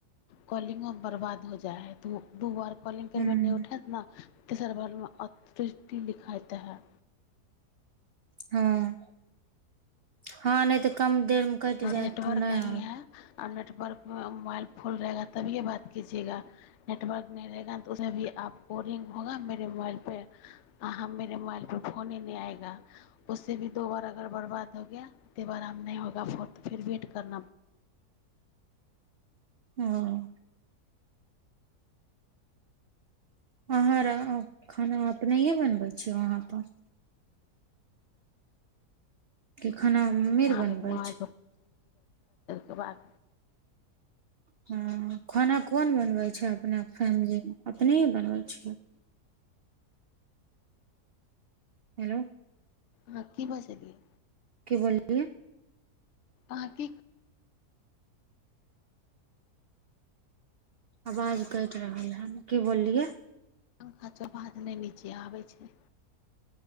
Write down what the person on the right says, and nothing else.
हूँ
हँ हँ नहि तऽ कम देरमे कटि जायत
तऽ नहि
आब
हँ अहाँ र खाना अप नहिए बनबै छीिय वहाँ पर खाना मम्मी
आर बनबै
छै
ह खाना कोन बनवे छै अपना फैमिली अपने बनबे ठ हेलो
की बलै
आवाज कटि रहल हन की बोललियै